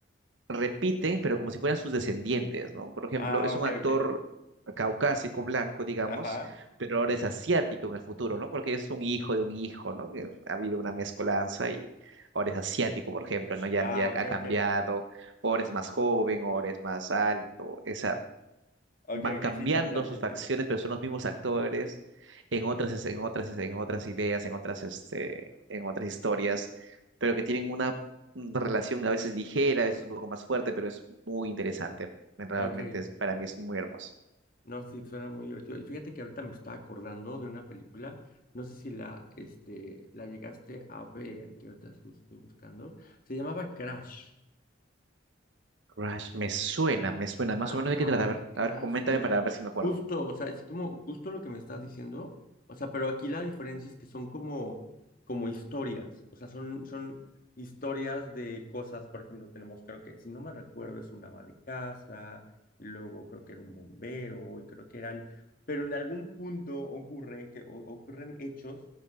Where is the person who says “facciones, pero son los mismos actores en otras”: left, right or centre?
Right